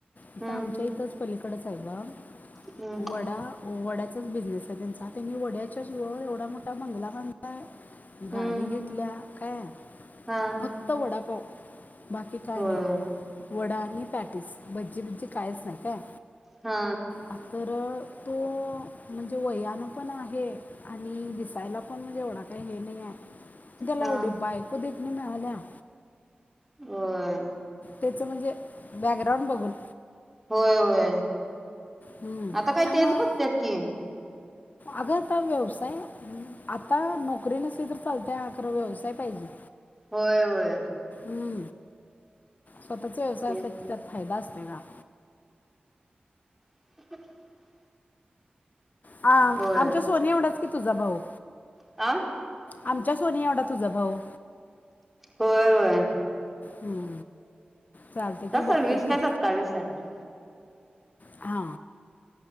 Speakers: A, on the left; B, in the centre.
A: आता
B: हम्म
A: आमच्या इथंच पलीकडच साहेबा
B: हम्म
A: वडा वड चाच बिजनेस हाय त्यांचा. त्यांनी वड्याच्याच ओ एवढा मोठा बंगला बांधलाय,
B: हम्म
A: गाडी घेतल्या काय
B: हा
A: फक्त वडापाव बाकी काय
B: होय
A: नाय वडा आणि पॅटीस भज्जीबिज्जी कायच नाय काय
B: हा
A: आग <inaudible> तो म्हणजे वयानं पण आहे आणि दिसायला पण म्हणजे एवढा काय हे नाहीये. म त्याला
B: हा
A: एवढी बायको बी <unintelligible>
B: होय
A: तेच म्हणजे बॅकग्राऊंड बघून
B: होय होय
A: हम्म.
B: आता काय
A: त्यामुळं
B: तेच बघत्यात की
A: अगं आता व्यवसाय आता नोकरी नसली तर चालतंय हा खरं व्यवसाय पाहिजे.
B: होय होय
A: हूं स्वतःचा व्यवसाय
B: तेच
A: असला की त्यात फायदा असतोय ग आप
B: <inaudible>
A: हा
B: होय
A: आमच्या सोनी एवढाच कि तुझा भाऊ
B: आ
A: आमच्या सोनी एवढा तुझा भाऊ
B: होय होय
A: हूं चालतय
B: का
A: की बघतो
B: सव्वीस
A: की
B: काय सत्तावीस आहे
A: हा